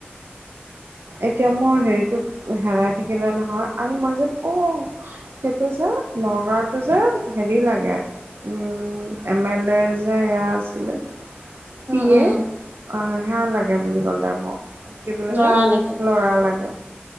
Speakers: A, on the right; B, on the right.
A: এতিয়া মোৰ হেৰিটো হেৰাই থাকিলে নহয়, আৰু মই যেন অ'। সেইটো যে নগাঁওটোৰ যে হেৰি লাগে। উম, এম এল এৰ যে সেয়া আছিলে।
B: উম,
A: পিয়ে
B: উম,
A: অ, সেয়া লাগে বুলি ক'লে মোক কি বুলি
B: ল'ৰা
A: কয়?
B: লাগে
A: ল'ৰা লাগে।